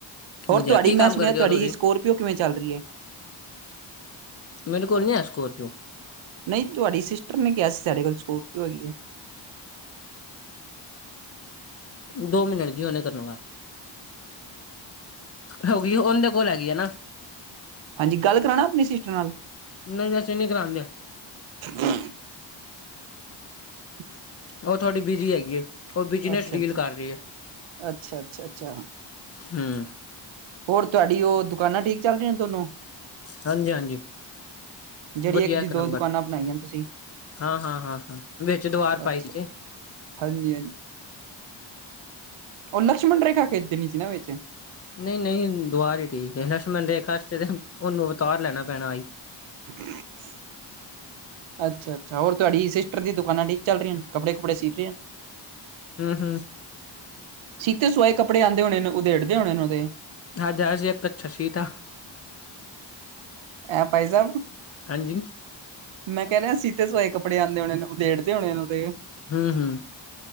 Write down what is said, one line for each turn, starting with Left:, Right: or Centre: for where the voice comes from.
Right: ਹੋਰ
Left: ਵਧੀਆ
Right: ਤੁਆਡੀ
Left: ਕੀ
Right: ਮੈਂ
Left: ਕੰਮ
Right: ਸੁਣਿਆ,
Left: ਕਰਦੇ
Right: ਤਾਡੀ
Left: ਹੋ ਤੁਸੀਂ
Right: ਸਕੋਰਪਿਓ ਕਿਵੇਂ ਚੱਲ ਰੀ ਐ?
Left: ਮੇਰੇ ਕੋਲ ਨੀ ਹੈ ਸਕੋਰਪੋ।
Right: ਨਈ ਤੁਆਡੀ ਸਿਸਟਰ ਨੇ ਕੇਆ ਸੀ ਸਾਡੇ ਕੋਲ ਸਕੋਰਪਿੳ ਹੈਗੀ ਏ।
Left: ਦੋ ਮਿੰਟ ਜੀ ਹੁਨੇ ਚੱਲੂੰਗਾ। ਹੋਗੀ ਓ ਓਂਦੇ ਕੋਲ ਹੈਗੀ ਐਨਾ।
Right: ਹਾਂਜੀ, ਗੱਲ ਕਰਾਣਾ ਆਪਨੀ ਸਿਸਟਰ ਨਾਲ।
Left: ਨਈ ਅਸੀ ਨੀ ਕਰਾਂਦੇ।
Right: ਹਾਂ <unintelligible> <inaudible> ਹ <unintelligible> <inaudible>
Left: ਓ ਥੋੜੀ ਬਿਜੀ ਹੈਗੀ ਏ ਓ ਬਿਜ਼ਨਸ
Right: ਅੱਛਾ
Left: ਡੀਲ
Right: ਅੱਛਾ
Left: ਕਰ ਰੀ ਏ।
Right: ਅੱਛਾ- ਅੱਛਾ- ਅੱਛਾ।
Left: ਹੂਂ।
Right: ਹੋਰ ਤੁਆਡੀ ਓ ਦੁਕਾਨਾਂ ਠੀਕ ਚੱਲ ਰੀਆਂ ਨੇ ਦੋਨੋ।
Left: ਹਾਂਜੀ- ਹਾਂਜੀ
Right: ਜਿਹੜੀ
Left: ਵਧੀਆ
Right: ਦੀ
Left: ਇੱਕ
Right: ਦੋ
Left: ਨੰਬਰ।
Right: ਦੁਕਾਨਾਂ ਬਣਾਈਆਂ ਤੁਸੀਂ
Left: ਹਾਂ- ਹਾਂ -ਹਾਂ -ਹਾਂ ਵਿੱਚ ਦੀਵਾਰ ਪਾਈ
Right: ਅੱਛਾ
Left: ਦੀ
Right: ਅੱਛਾ
Left: ਏ।
Right: ਹਾਂਜੀ -ਹਾਂਜ ਓ ਲਸ਼ਮਣ ਰੇਖਾ ਖਿਚ ਦੇਣੀ ਸੀ ਨਾ ਵਿੱਚ।
Left: ਨਈ -ਨਈ ਦੁਆਾਰ ਈ ਠੀਕ ਏ। ਲਸ਼ਮਣ ਰੇਖਾ ਵਿਚ ਤੇ ਉਨੂੰ ਅਵਤਾਰ ਲੈਣਾ ਪੈਣਾ ਆਈ।
Right: ਹ <inaudible> ਅੱਛਾ, ਅੱਛਾ ਹੋਰ ਤੁਆਡੀ ਸਿਸਟਰ ਦੀ ਦੁਕਾਨਾਂ ਠੀਕ ਚੱਲਰੀਆਂ ਨ ਕੱਪੜੇ ਕੁੱਪੜੇ ਸੀ ਰੇ ਅਨ?
Left: ਹੂੰ-ਹੂੰ
Right: ਸੀਤੇ ਸਵਾਏ ਕੱਪੜੇ ਆਂਦੇ ਹੋਣੇ ਨੇ ਓਦੇੜਦੇ ਹੋਣੇ ਨੇ ਓਦੇ।
Left: ਅੱਜ ਆਇਆ ਸੀ ਏਕ ਕੱਛਾ ਸੀਤਾ।
Right: ਐ ਭਾਈ ਸਾਬ
Left: ਹਾਂਜੀ।
Right: ਮੈਂ ਕੈਂ ਰਿਆ ਸੀਤੇ ਸਵਾਏ ਕੱਪੜੇ ਆਂਦੇ ਹੋਣੇ ਉਦੇੇੜਦੇ ਹੋਣੇ ਨੇ ਓਦੇ।
Left: ਹੂੰ-ਹੂੰ